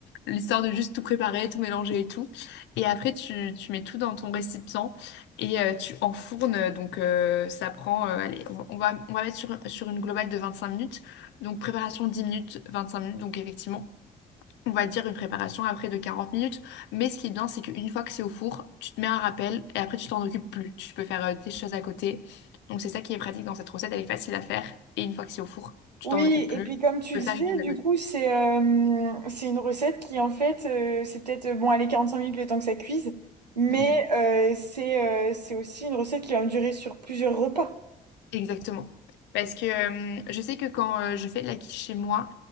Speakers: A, on the left; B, on the right.
A: l'histoire de juste tout préparer, tout mélanger et tout. Et après, tu, tu mets tout dans ton récipient et euh, tu enfournes. Donc euh, ça prend, euh, allez, on va, on va on va mettre sur, sur une globale de 25 minutes. Donc préparation 10 minutes, 25 minutes, donc effectivement on va dire une préparation après de 40 minutes. Mais ce qui est bien, c'est qu'une fois que c'est au four, tu te mets un rappel et après tu t'en occupes plus. Tu peux faire euh, tes choses à côté. Donc c'est ça qui est pratique dans cette recette, elle est facile à faire. Et une fois que c'est au four, tu
B: Oui,
A: t'en occupes plus.
B: et puis
A: Tu
B: comme tu
A: peux
B: disais,
A: faire une chose
B: du
A: à côté.
B: coup, c'est euh, c'est une recette qui, en fait, euh, c'est peut-être, euh, bon, allez, cinq minutes le temps que ça cuise, mais
A: Mm,
B: euh, c'est euh, c'est aussi une recette qui va me durer sur plusieurs repas.
A: exactement. Parce que euh, je sais que quand euh, je fais de la quiche chez moi,